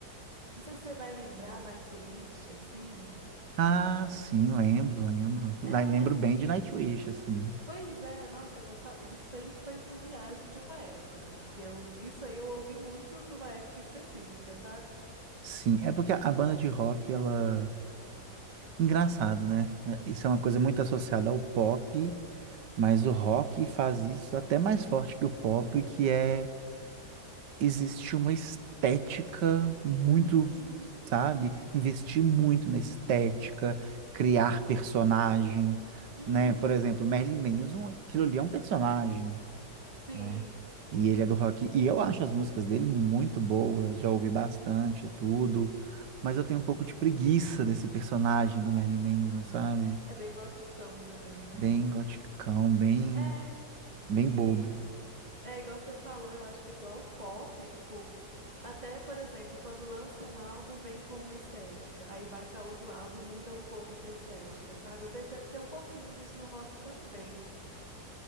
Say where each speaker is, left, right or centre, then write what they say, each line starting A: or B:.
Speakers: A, on the right (about 20°); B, on the right (about 80°).
A: Não sei se você vai lembrar, Nightwish, assim.
B: Ah, sim, lembro, lembro. Lá-
A: É,
B: Lembro bem
A: que.
B: de Nightwish, assim.
A: Pois é, nossa, eu gostava. Isso aí foi uma viagem de uma época, assim, porque eu... isso aí eu ouvi muito numa época específica, sabe?
B: Sim, é porque a banda de rock, ela... Engraçado, né? É, Isso é uma coisa muito associada ao pop, mas o rock faz isso até mais forte que o pop, que é existe uma estética muito,
A: Uhum.
B: sabe? Investir muito na estética, criar personagens,
A: Uhum.
B: né? Por exemplo, Merlin Manson, aquilo ali é um personagem,
A: Sim.
B: né? E ele é do rock. E eu acho as músicas dele muito boas, já ouvi bastante e tudo. Mas eu tenho um pouco de preguiça desse personagem do Merlin Manson,
A: <laughs>
B: sabe?
A: É bem goticão também, né?
B: Bem goticão, bem,
A: É,
B: bem
A: e
B: bobo.
A: é igual você falou, eu acho que igual o pop, tipo, até, por exemplo, quando lança um álbum, vem com uma estética, aí vai pra outro álbum, muda um pouco essa estética, sabe? Eu percebo que tem um pouquinho disso no rock também.